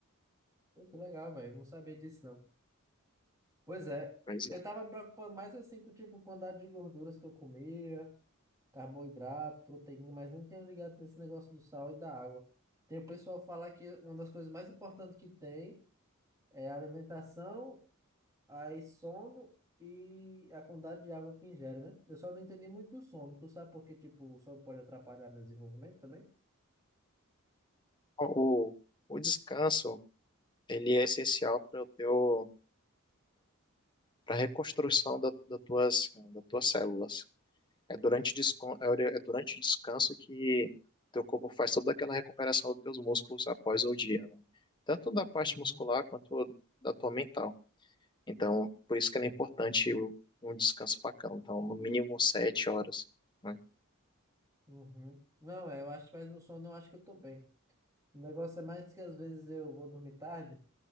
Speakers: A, on the right (about 15°); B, on the left (about 20°).
A: Muito legal, velho. Não sabia disso, não. Pois é.
B: Mas,
A: Eu
B: é.
A: tava me preocupando mais assim com, tipo, quantidade de gorduras que eu comia. Carboidrato, proteína, mas nem tenho ligado nesse negócio do sal e da água. Tem o pessoal falar que uma das coisas mais importantes que tem é a alimentação, aí sono e a quantidade de água que ingere, né? Eu só não entendi muito do sono. Tu sabe porque, tipo, o sono pode atrapalhar meu desenvolvimento também?
B: o, o descanso ele é essencial para o teu para a reconstrução da, das tuas das tuas células É durante, descon- é durante o descanso que teu corpo faz toda aquela recuperação dos teus músculos após o dia, né? Tanto da parte
A: Uhum,
B: muscular quanto da tua mental. Então, por isso que é importante o- um descanso bacana. Então, no mínimo sete horas, né?
A: uhum. Não, é, eu acho que mais no sono eu acho que eu tô bem. O negócio é mais que às vezes eu vou dormir tarde,